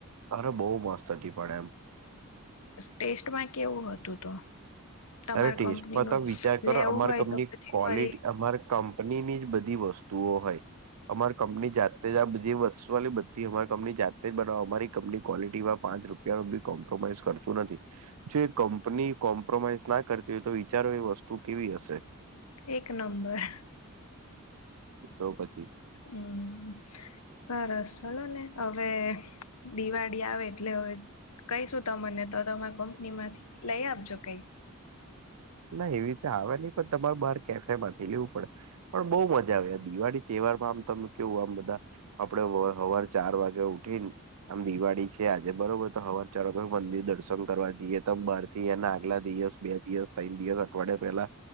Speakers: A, on the right; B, on the left.
A: અરે બહુ મસ્ત હતી પણ એમ.
B: ટેસ્ટમાં કેવું હતું તો? તમાર
A: અરે ટેસ્ટમાં
B: કંપનીનું
A: તમે વિચાર કરો
B: લેવું
A: અમારી
B: હોય
A: કંપની
B: તો પછી
A: ક્લિટી
B: ફરી
A: અમારે કંપની ની જ બધી વસ્તુઓ હોય, અમાર કંપની જાત આ બધી વસ્ષો વાલી બધી અમારી કંપની જાતે જ બનાો અમારી કંપની ક્વલિટીમાં પાંચ રૂપ બી કોમ્પ્રોમાઈઝ કરતું નથી, જો કંપની કોમ્પ્રોમાઈઝ ના કરતી હોય તો વિચારો એ વસ્તુ કેવી હશે.
B: એક નંબર.
A: તો પછી.
B: હમ. સરસ ચલો ને હવે, દિવાળી આવે એટલે હવે કહીશું તમને તો તમે કંપની માંથી લઈ આપજો કઈ.
A: ના એવી રીતે આવે નહી પણ તમારે બહાર કેફે માંથી લેવું પડે. પણ બહુ મજા આવે. આ દિવાળી તહેવારમાં આમ તમે કેવું આમ બધા આપડે સવાર ચાર વાગે ઉઠી ને. આમ દિવાળી છે આજે બરોબર તો હવાર ચાર વાગે મંદિર દર્શન કરવા જઈએ તો બાર થી એના આગલા દિવસ બે દિવસ, ત્રણ દિવસ, અઠવાડિયા પેલા,